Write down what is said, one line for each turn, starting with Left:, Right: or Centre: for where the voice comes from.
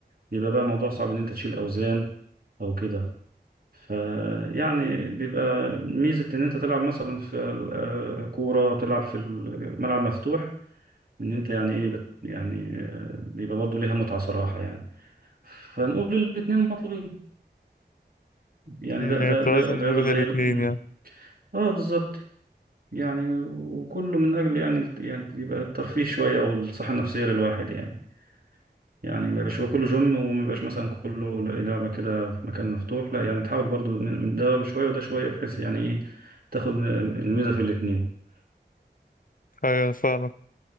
Right: بيبقى بقى موضوع صعب إن أنت تشيل أوزان أو كده فيعني بيبقى ميزة إن أنت تلعب مثلا في آه، كورة تلعب في الملعب مفتوح إن أنت يعني إيه بت يعني آه، بيبقى برضه ليها متعة صراحة يعني فنقول الاتنين مطلوبين يعني
Left: يعني
Right: ده ده
Left: توازن
Right: ده الرياضة
Left: ما بين
Right: اللي
Left: الاتنين
Right: هي مم.
Left: يعني
Right: آه بالظبط يعني وكله من أجل يعني الت- يعني يبقى الترفيه شوية أو الصحة النفسية للواحد يعني يعني ما يبقاش يبقى كله جيم وما يبقاش مثلا كله لعبة كده في مكان مفتوح لا يعني تحاول برضو من من ده شوية وده شوية بحيث يعني ايه تاخد الميزة في الاتنين
Left: ايوه انا فاهمك